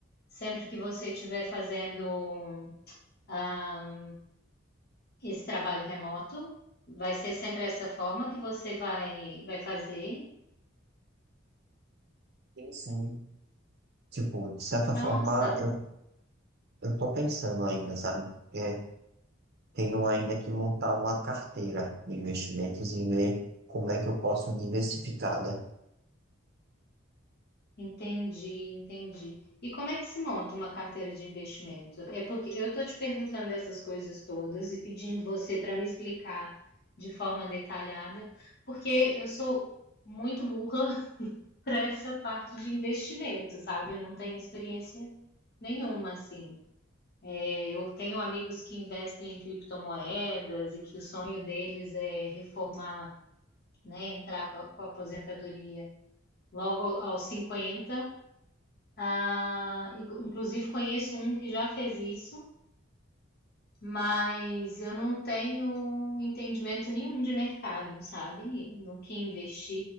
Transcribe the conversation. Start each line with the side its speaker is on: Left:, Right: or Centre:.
Left: sempre que você estiver fazendo ah, esse trabalho remoto? Vai ser sempre essa forma que você vai, vai fazer?
Right: Sim, sim. Tipo, de certa
Left: Nossa,
Right: forma, eu, eu tô pensando ainda, sabe? Porque tenho ainda que montar uma carteira de investimentos e ver como é que eu posso diversificar, né?
Left: entendi, entendi. E como é que se monta uma carteira de investimento? É porque eu estou te perguntando essas coisas todas e pedindo você para me explicar de forma detalhada, porque eu sou muito burra para essa parte de investimento, sabe? Eu não tenho experiência nenhuma, assim. É, eu tenho amigos que investem em criptomoedas e que o sonho deles é reformar, né? Entrar com a, com a aposentadoria logo aos 50. Ah, e- inclusive conheço um que já fez isso, mas eu não tenho entendimento nenhum de mercado, sabe? No que investir,